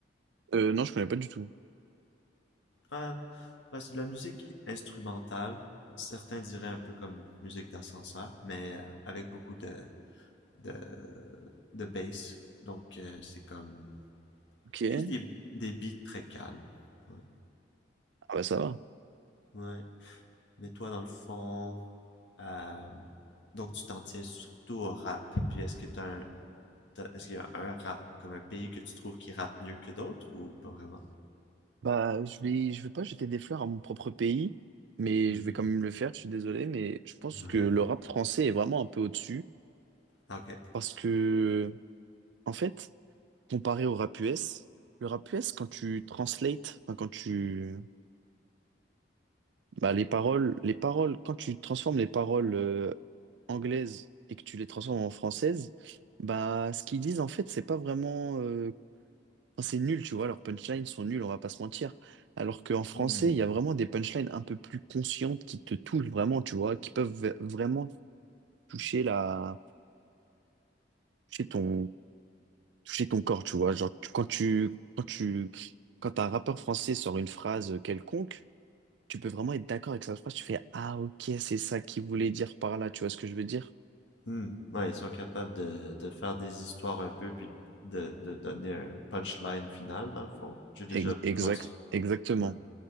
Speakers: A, on the right; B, on the left.
A: Euh, non, je connais pas du tout.
B: Euh, ouais, c'est de la musique instrumentale. Certains diraient un peu comme musique d'ascenseur, mais euh, avec beaucoup de, de, de bass. Donc, euh, c'est comme
A: Ok.
B: Juste des, des beats très calmes. Ouais.
A: Ah bah ça va.
B: Ouais. Mais toi, dans le fond, euh, donc tu t'en tiens surtout au rap. Puis est-ce que t'as un, t'as- est-ce qu'il y a un rap, comme un pays que tu trouves qui rappe mieux que d'autres ou pas vraiment?
A: Bah, je vais, je vais pas jeter des fleurs à mon propre pays, mais
B: Mhm.
A: je vais quand même le faire, je suis désolé, mais je pense
B: Ouais.
A: que le rap français est vraiment un peu au-dessus.
B: Ah, Ok.
A: Parce que, en fait, comparé au rap US, le rap US, quand tu translates, enfin, quand tu, bah, les paroles, les paroles, quand tu transformes les paroles euh, anglaises et que tu les transformes en françaises, bah, ce qu'ils disent, en fait, c'est pas vraiment, euh, enfin, c'est nul, tu vois, leurs punchlines sont nuls, on va pas se mentir. Alors qu'en français,
B: Hmm.
A: il y a vraiment des punchlines un peu plus conscientes qui te touchent vraiment, tu vois, qui peuvent v- vraiment toucher la, toucher ton, toucher ton corps, tu vois. Genre, tu- quand tu, quand tu, quand un rappeur français sort une phrase euh, quelconque, tu peux vraiment être d'accord avec sa phrase. Tu fais, ah, ok, c'est ça qu'il voulait dire par là. Tu vois ce que je veux dire?
B: Hmm. Ouais, ils sont capables de, de faire des histoires un peu, puis de, de donner un punchline final, dans le fond. J'ai déjà,
A: Ex-
B: je
A: Exact,
B: pense.
A: exactement.
B: Ouais,